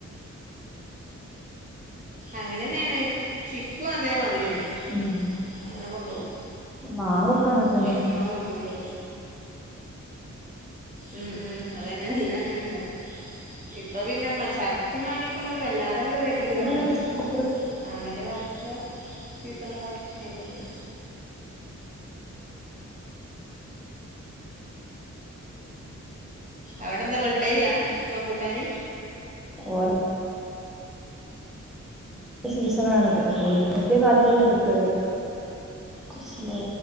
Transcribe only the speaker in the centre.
ഉം
മാങ്ങൊക്കെ അങ്ങനെ തന്നെ
ഇവിടെ അത്രണ്ട്
ഓ സീസൺ ആണത് ഒരിക്കത്തെയ കാലത്ത്ന്ന കിട്ടല്ലോ കൊറചല്ലേ